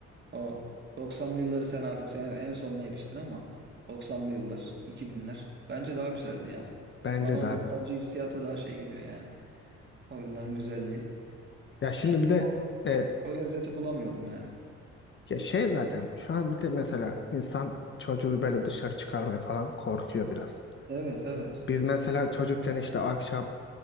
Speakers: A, on the right; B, on the left.
A: o 90'lı yılları sen artık sen en sonuna yetiştin ama 90'lı yıllar, 2000'ler bence daha güzeldi ya.
B: bence
A: Bana
B: de
A: o
B: abi.
A: nostalji hissiyatı daha şey geliyor yani. O yılların güzelliği.
B: Ya şimdi
A: Şimdi
B: bir de
A: o,
B: e,
A: o lezzeti bulamıyorum yani.
B: Ya şey zaten şu an bir de mesela insan çocuğu böyle dışarı çıkarmaya falan korkuyor biraz.
A: Evet, evet.
B: Biz mesela çocukken işte akşam